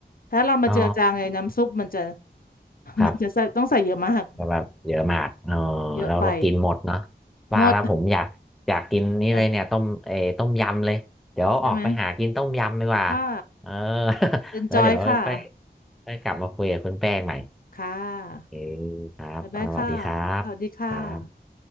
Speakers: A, on the left; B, in the centre.
A: ถ้าเรามาเจือจางในน้ำซุปมันจะ
B: อ๋อ
A: <laughs>
B: ครับ
A: มันจะใส่ต้องใส่เยอะมาก
B: ก็แบบเยอะมากเออ
A: เยอะไป
B: แล้วเรากินหมดเนาะว่าแล้วผมอยากอยากกินนี่เลยเนี่ยต้มเออต้มยำเลย
A: หมดนะ
B: เดี๋ยวออกไปหากินต้มยำดีกว่า
A: ใช่ไหมค่ะ
B: เออ <laughs>
A: enjoy
B: แล้วเดี๋ยวค่อย
A: ค่ะ
B: ค่อยกลับมาคุยกับคุณแป้งใหม่
A: ค่ะ
B: เออครับสวัสดีครับ
A: บ๊ายบายค่ะสวัสดีค่ะ
B: ครับ